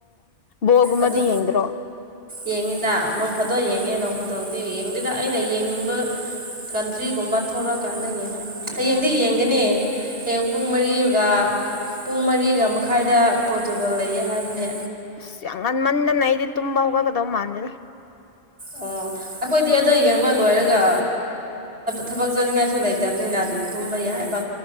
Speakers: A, on the left (about 55°); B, on the right (about 70°).
A: ꯕꯣꯜ ꯒꯨꯝꯕꯗꯤ
B: ꯑꯗꯨ
A: ꯌꯦꯡꯗꯔꯣ
B: ꯌꯦꯡꯉꯤꯗ ꯅꯣꯡ ꯐꯠꯇꯣꯛ ꯌꯦꯡꯉꯦ ꯅꯣꯡ ꯐꯥꯠꯇꯣꯛꯗꯤ ꯌꯦꯡꯗꯦꯗ ꯑꯩꯅ ꯌꯦꯡꯅꯤꯡꯕ ꯀꯟꯇ꯭ꯔꯤꯒꯨꯝꯕ ꯊꯣꯔꯛ ꯗꯨꯀꯥꯟꯗ ꯌꯦꯡꯉꯅꯤ ꯍꯌꯦꯡꯗꯤ
A: ꯎꯝ
B: ꯌꯦꯡꯒꯅꯤ ꯍꯌꯦꯡ ꯄꯨꯡ ꯃꯔꯤꯒ ꯄꯨꯡ ꯃꯔꯤꯒ ꯃꯈꯥꯏꯗ ꯄ꯭ꯔꯣꯔꯇꯨꯒꯣꯜ ꯂꯩꯌꯦ ꯍꯥꯏꯕꯅꯦ
A: ꯑꯁ ꯌꯥꯝ ꯉꯟꯃꯟꯗꯅ ꯑꯩꯗꯤ ꯇꯨꯝꯕ ꯍꯧꯒꯠꯀꯗꯧ ꯃꯥꯟꯦꯗꯅ
B: ꯑꯣ ꯑꯩꯈꯣꯏꯗꯤ ꯑꯗꯩ ꯌꯦꯡꯕ ꯂꯣꯏꯔꯒ ꯊꯕꯛ ꯆꯠꯅꯤꯡꯉꯥꯏꯁꯨ ꯂꯩꯇꯕꯅꯤꯅ ꯑꯗꯨꯝ ꯇꯨꯝꯝꯕꯩ ꯌꯥꯔ